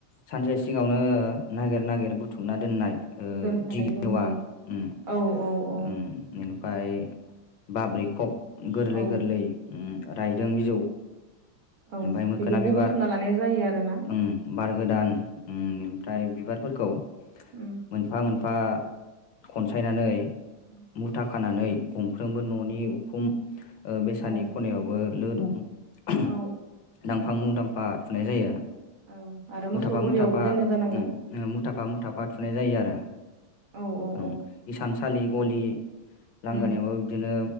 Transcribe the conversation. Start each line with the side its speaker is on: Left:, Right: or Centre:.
Left: सानसे सिगांङावनो नागिर नागिर बुथुमना दोननाय ओ
Right: दोनखानायखौ
Left: दिगलि
Right: नुयो
Left: औवा उम
Right: औ औ औ
Left: उम इनिफ्राय बाब्रि खब गोरलै
Right: औ
Left: गोरलै उम रायदों
Right: औ
Left: बिजौ
Right: औ
Left: ओमफ्राय मोखोना
Right: बेफोरखौ
Left: बिबार
Right: बुथुमना लानाय जायो आरो ना?
Left: उम बार गोदान उम ओमफ्राय बिबारफोरखौ मोनफा
Right: उम
Left: मोनफा खनसायनानै
Right: उम <inaudible>
Left: मुथा खानानै गंफ्रोमबो
Right: उम
Left: न'नि उखुम ओ बेसानि
Right: औ
Left: खनायावबो लो दं। ओहोम
Right: औ
Left: दांफा मुं दांफा थुनाय जायो।
Right: औ आरो
Left: मुथाफा
Right: मोसौ गलियावबो
Left: मुथाफा
Right: दोनो जानांगौ।
Left: उम मुथाफा मुथाफा
Right: उम
Left: थुनाय जायो आरो।
Right: औ औ
Left: ओं
Right: औ
Left: इसानसालि गलि लांगोनायावबो
Right: उम
Left: बिदिनो